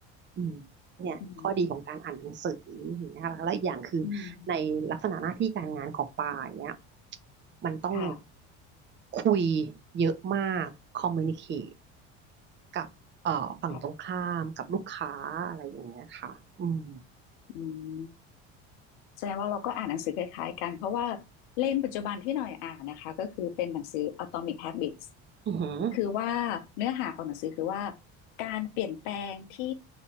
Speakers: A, on the right; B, on the left.
A: อืมเนี่ยข้อดีของการอ่านหนังสืออย่างเงี้ยค่ะแล้วอีกอย่างคือ
B: อืมอืม
A: ในลักษณะหน้าที่การงานของปาอย่างเนี้ยมันต้อง
B: ค่ะ
A: คุยเยอะมากคอมมูนิเคตกับเอ่อฝั่งตรงข้ามกับลูกค้าอะไรอย่างเงี้ยค่ะอืม
B: ครับอืมแสดงว่าเราก็อ่านหนังสือคล้ายๆกันเพราะว่าเล่มปัจจุบันที่หน่อยอ่านนะคะก็คือเป็นหนังสือ Atomic Habits
A: อือหือ
B: คือว่าเนื้อหาของหนังสือคือว่าการเปลี่ยนแปลงที่